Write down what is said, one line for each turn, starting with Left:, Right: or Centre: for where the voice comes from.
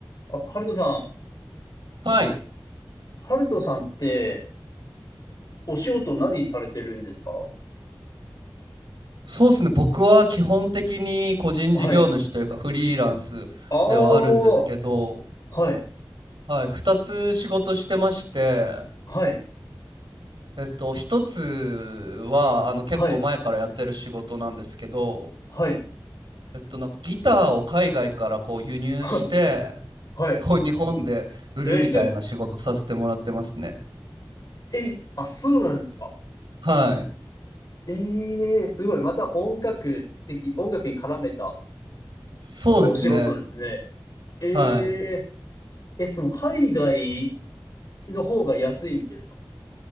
Left: あ、ハルトさん、
Right: はい。
Left: ハルトさんって、お仕事何されてるんですか
Right: そうですね。僕は基本的に個人事業主というかフリーランスではあるんですけど、
Left: はい。ああ、はい、
Right: はい。二つ仕事してまして、
Left: はい、
Right: えっと、一つは、あの、結構前からやってる仕事なんですけど、
Left: はい、はい、
Right: えっと、なんかギターを海外からこう輸入して、
Left: はい、はい。
Right: こう日本で売るみたいな仕事させてもらってますね。
Left: えー、え、あ、そうなんですか
Right: はい。
Left: ええー、すごい。また音楽的、音楽に絡めた、
Right: そうですね。
Left: なんかお仕事ですね。え
Right: はい。
Left: えー、え、その海外の方が安いんですか